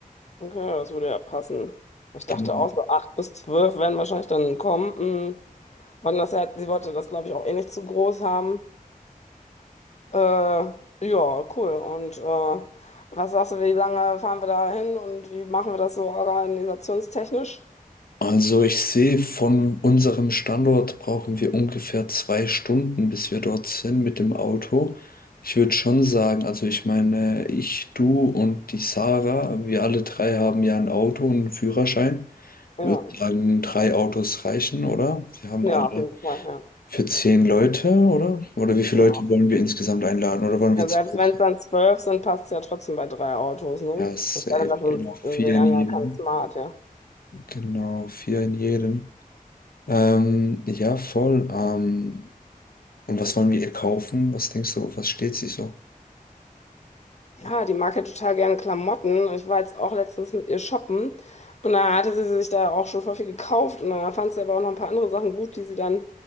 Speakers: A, on the left; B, on the left.
A: Okay, ja, das würde ja passen. Ich dachte
B: Genau.
A: auch so acht bis zwölf werden wahrscheinlich dann kommen. Hm. Wann das ja, sie wollte das, glaube ich, auch eh nicht zu groß haben. Äh, ja, cool. Und äh, was sagst du, wie lange fahren wir da hin und wie machen wir das so organisationstechnisch?
B: Also ich sehe, von unserem Standort brauchen wir ungefähr zwei Stunden, bis wir dort sind mit dem Auto. Ich würde schon sagen, also ich meine, ich, du und die Sarah, wir alle drei haben ja ein Auto und einen Führerschein. Ich
A: Ja,
B: würde sagen, drei Autos reichen, oder? Wir haben
A: ja,
B: alle
A: auf jeden Fall, ja.
B: für zehn Leute, oder? Oder wie viele
A: Ja,
B: Leute wollen wir insgesamt einladen? Oder wollen
A: ja
B: wir zwölf?
A: selbst wenn es dann zwölf sind, passt es ja trotzdem bei drei Autos, ne?
B: Ja, safe.
A: Es sei denn, das sind,
B: Genau, vier
A: wir
B: in
A: haben
B: jedem.
A: ja kein Smart, ja.
B: Genau, vier in jedem. Ähm, ja, voll. Ähm, Und was wollen wir ihr kaufen? Was denkst du, auf was steht sie so?
A: Ja, die mag ja total gerne Klamotten. Und ich war jetzt auch letztens mit ihr shoppen. Und da hatte sie sich da auch schon voll viel gekauft. Und da fand sie aber auch noch ein paar andere Sachen gut, die sie dann